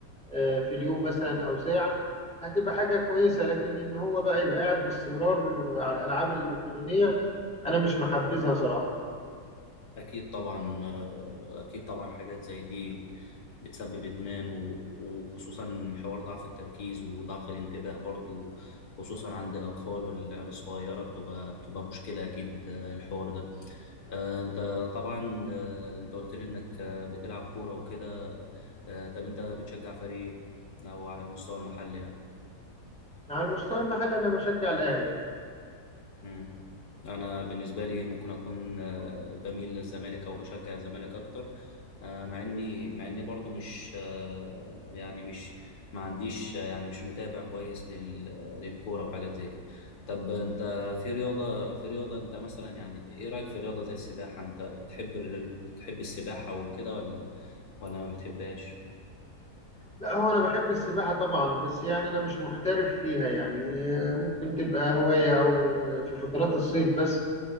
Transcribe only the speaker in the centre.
آه، في اليوم مثلا أو ساعة هتبقى حاجة كويسة لكن إن هو بقى يبقى قاعد باستمرار على الألعاب الإلكترونية أنا مش محبذها صراحة
على المستوى المحلي انا بشجع الاهلي
لا هو انا بحب السباحه طبعا بس يعني انا مش محترف فيها يعني آه، ممكن تبقى هوايه او آه، في فترات الصيف بس